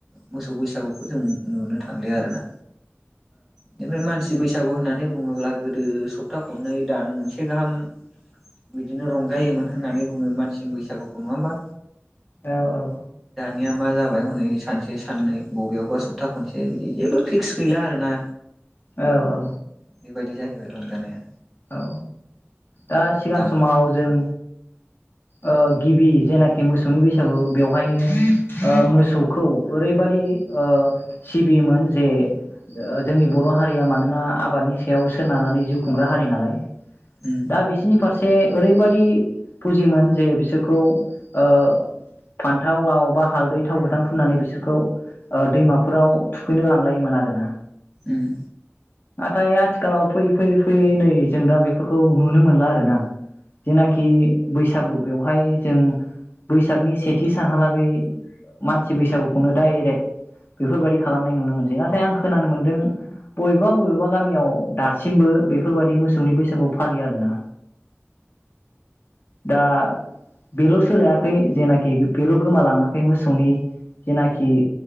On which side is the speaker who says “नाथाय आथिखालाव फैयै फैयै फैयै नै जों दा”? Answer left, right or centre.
Left